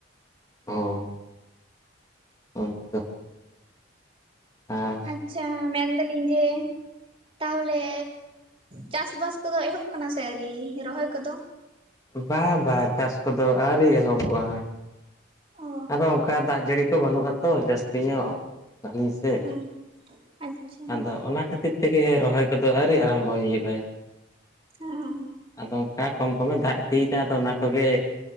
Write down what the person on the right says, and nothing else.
ᱟᱪᱷᱟ ᱢᱮᱱᱫᱟᱞᱤᱧ ᱡᱮ ᱛᱟᱦᱚᱞᱮ ᱪᱟᱥ ᱵᱟᱥ ᱠᱚᱫᱚ ᱮᱦᱚᱵ ᱟᱠᱟᱱᱟ ᱥᱮ ᱟᱹᱶᱨᱤ ᱨᱚᱦᱚᱭ ᱠᱚᱫᱚ ᱾
ᱚ
ᱦᱮᱸ ᱟᱪᱪᱷᱟ
ᱦᱚᱸ